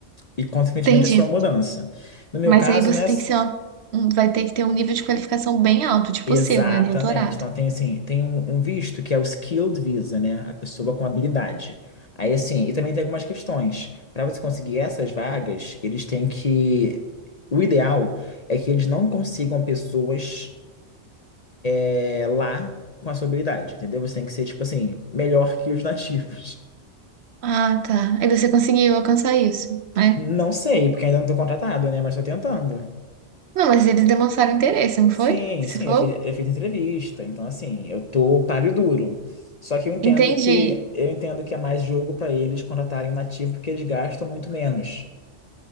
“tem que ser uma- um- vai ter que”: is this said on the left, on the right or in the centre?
Right